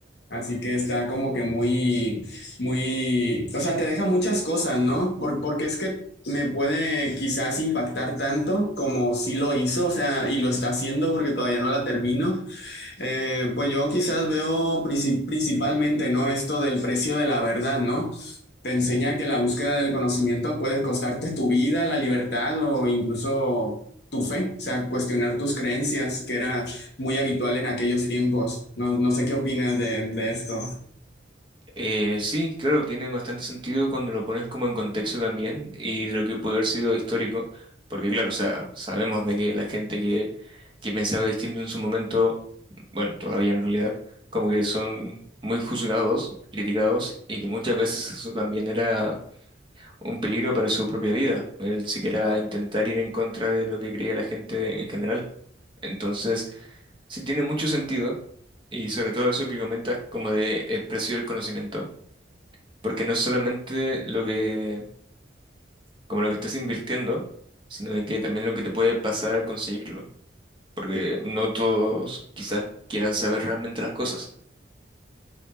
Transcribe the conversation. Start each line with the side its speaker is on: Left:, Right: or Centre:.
Left: Así que está como que muy, muy, o sea, te deja muchas cosas, ¿no? Por- porque es que me puede quizás impactar tanto como si lo hizo, o sea, y lo está haciendo porque todavía no la termino. Eh, pues yo quizás veo princip- principalmente, ¿no? Esto del precio de la verdad, ¿no? Te enseña que la búsqueda del conocimiento puede costarte tu vida, la libertad o incluso tu fe, o sea, cuestionar tus creencias, que era muy habitual en aquellos tiempos. No, no sé qué opinas de, de esto.
Right: Eh, sí, claro, tiene bastante sentido cuando lo pones como en contexto también y de lo que puede haber sido histórico, porque claro, o sea, sabemos de que la gente que, que pensaba distinto en su momento bueno, todavía en realidad, como que son muy juzgados, criticados y que muchas veces eso también era un peligro para su propia vida, el siquiera intentar ir en contra de lo que creía la gente en general. Entonces, sí tiene mucho sentido y sobre todo eso que comentas como de el precio del conocimiento, porque no es solamente lo que, como lo que estás invirtiendo, sino de que también lo que te puede pasar al conseguirlo, porque no todos quizás quieran saber realmente las cosas.